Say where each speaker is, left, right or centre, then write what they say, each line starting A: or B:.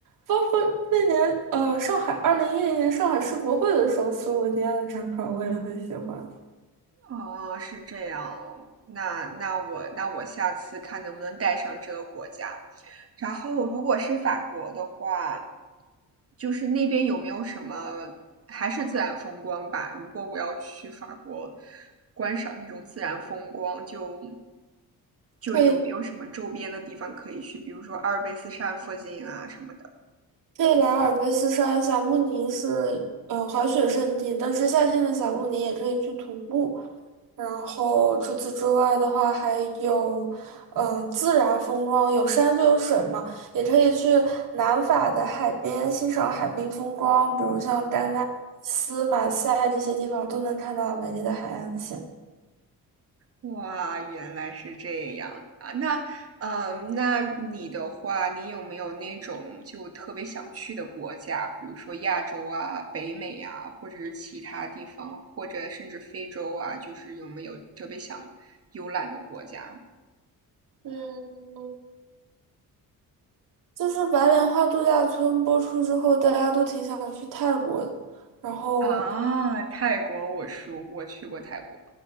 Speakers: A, on the right (about 60°); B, on the right (about 40°).
A: 包括那年呃上海二零一零年上海世博会的时候，斯洛文尼亚的展馆我也很喜欢。
B: 哦，是这样。那那我那我下次看能不能带上这个国家。然后，如果是法国的话，就是那边有没有什么还是自然风光吧？如果我要去法国观赏那种自然风光，就就有没有什么周边的地方可以去，
A: 对。
B: 比如说阿尔卑斯山附近啊什么的。
A: 对，莱尔卑斯山霞慕尼是嗯滑雪胜地，但是夏天的霞慕尼也可以去徒步。然后除此之外的话，还有嗯、呃自然风光，有山就有水嘛，也可以去南法的海边欣赏海滨风光，比如像戛纳、斯、马赛这些地方都能看到美丽的海岸线。
B: 哇，原来是这样啊！那，嗯，那你的话，你有没有那种就特别想去的国家，比如说亚洲啊、北美啊，或者是其他地方，或者甚至非洲啊，就是有没有特别想游览的国家
A: 嗯，就是白莲花度假村播出之后，大家都挺想去泰国的，然后
B: 啊？泰国，我熟，我去过泰国。